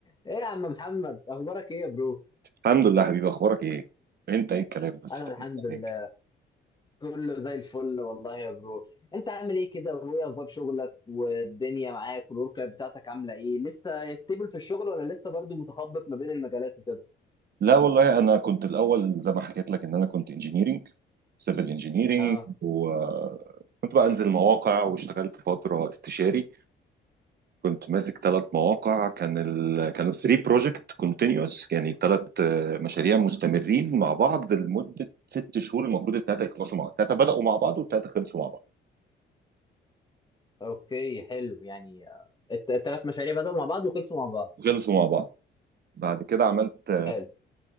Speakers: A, on the left; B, on the right.
A: ايه يا عم محمد اخبارك ايه يا برو
B: الحمد لله حبيبي اخبارك ايه انت ايه الكلام بس
A: انا
B: طيب،
A: الحمد لله
B: يعني.
A: كله زي الفل والله يا برو انت عامل ايه كده وايه اخبار شغلك والدنيا معاك والورك لايف بتاعتك عامله ايه لسه ستيبل في الشغل ولا لسه برضو متخبط ما بين المجالات وكده
B: لا والله انا كنت الاول زي ما حكيت لك ان انا كنت انجينيرنج سيفل انجينيرنج
A: اه
B: وكنت بقى انزل مواقع واشتغلت فتره استشاري كنت ماسك ثلاث مواقع كان ال... كانوا 3 بروجكت كونتينوس يعني ثلاث مشاريع مستمرين مع بعض لمده ست شهور المفروض الثلاثه يخلصوا مع بعض الثلاثه بداوا مع بعض والثلاثه خلصوا مع بعض
A: اوكي حلو يعني آه، الت- التلات مشاريع بدأوا مع بعض وخلصوا مع بعض
B: خلصوا مع بعض بعد كده عملت
A: حلو